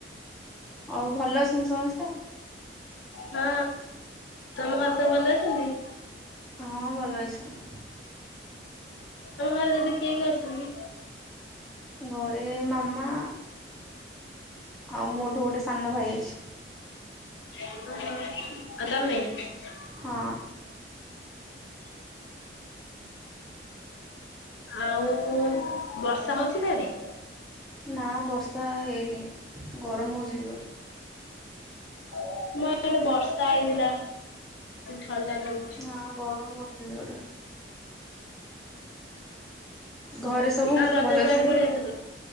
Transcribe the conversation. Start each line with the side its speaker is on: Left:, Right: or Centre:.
Centre: ଆଉ ଭଲ ଅଛନ୍ତି ସମସ୍ତେ।
Left: ହଁ, ତମ ଘରେ ସବୁ ଭଲ ଅଛନ୍ତି।
Centre: ହଁ, ଭଲ ଅଛନ୍ତି।
Left: ତମ ଘରେ ଦିଦି କିଏ କିଏ ଅଛନ୍ତି?
Centre: ଘରେ ମାମା ଆଉ ମୋଠୁ ଗୋଟେ ସାନ ଭାଇ ଅଛି।
Left: ଓହୋ ଆଉ ତମେ ।
Centre: ହଁ।
Left: ଆଉ ବର୍ଷା ହଉଛି ସାଡେ।
Centre: ନା, ବର୍ଷା ହେଇନି। ଗରମ ହେଉଛି ଜୋରେ।
Left: ଆମ ୟାଡେ ବର୍ଷା ହେଇଥିଲା। ଥଣ୍ଡା ଲାଗୁଛି।
Centre: ନା ଗରମ ହଉଛି ଜୋରେ। ଘରେ ସବୁ
Left: ଆଉ ରଜ
Centre: ଭଲ
Left: ପାଇଁକୁଆଡେ
Centre: ଅଛନ୍ତି?
Left: ଯାଇଥିଲୁ